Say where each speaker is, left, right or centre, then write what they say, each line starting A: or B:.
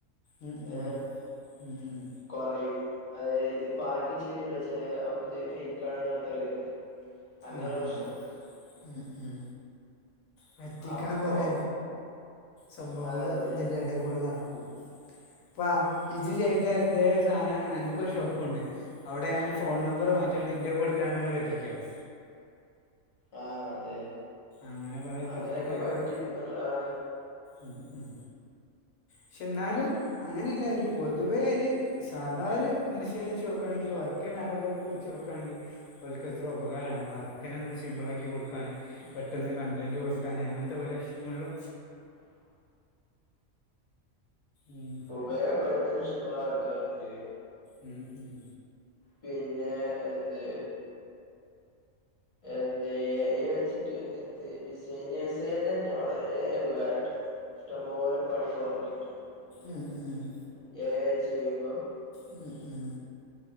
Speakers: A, on the left; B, on the left.
A: ഉം ഉം
B: ഏഹ്
A: ഉം ഉം
B: കൊറയും അതായത് ഇതിപ്പോ ആർക്കും ചെയ് <unintelligible> അപ്പൊത് ഫേക്കാണന്ന് ആൾക്കാര് കരുതും അങ്ങനെ
A: ആഹ്
B: പ്രശ്നമുണ്ട്
A: ആഹ് മ് മ് പറ്റിക്കണ
B: അപ്പോ
A: കൊറെ സംഭവങ്ങള്
B: അതെ അതെ
A: ഇതിന്റെ എടെ കൂടെ നടക്കും. പ്പ
B: ഉം
A: ഇജ് ചെയ്ത എന്തേ ഒരു സധന അ ക്കൊരു ഷോപ്പുണ്ട് അവിടെ ഞാൻ ഫോൺ നമ്പറ് മാറ്റിയാണ് ഇന്റെ കൊടുത്താണ്ട് പറ്റിക്കാ <inaudible>
B: ആഹ് അതെ
A: അങ്ങനെ കൊറേ
B: അങ്ങനെയൊക്കെ
A: പറ്റിക്കലുകളൊ
B: പറ്റുന്നുള്ളതാണ്.
A: ഉം ഉം ക്ഷേ എന്നാലും അങ്ങനെയല്ല ഒരു പൊതുവേ ഒര് സാധാ ഒരു മനുഷ്യനെ വെച്ച് നോക്കുവാണെങ്കിൽ വർക്ക് ചെയ്യണ ആളുകളൊക്കെ വെച്ച് നോക്കുകയാണെങ്കിൽ ഓൽക്ക് എത്ര ഉപകാരാണ് വർക്കിനെ ഒന്ന് സിമ്പിളാക്കി കൊടുക്കാന്.
B: ഉം
A: പെട്ടെന്ന്
B: ഉം
A: കണ്ടന്റ്
B: ഉം
A: കൊടുക്കാന് അങ്ങനത്തെ പല വിഷയങ്ങളിലും ഉം
B: ഉപയപ്പെടുത്തന് ശ്ട്ടമ്പോലെ അൾക്കാര്ണ്ട്
A: ഉം ഉം
B: പിന്നെ എന്ത് എന്ത് എ ഐ വെച്ചിട്ട് എന്ത് ഡിസൈനഴസനനെ തന്നെ വളരെ ഉപകാരട്ടോ ഇഷ്ടം പോലെ പണി കൊറഞ്ഞ് <unintelligible>
A: ഉം, ഉം,
B: ചെയ്യുമ്പോ
A: ഉം ഉം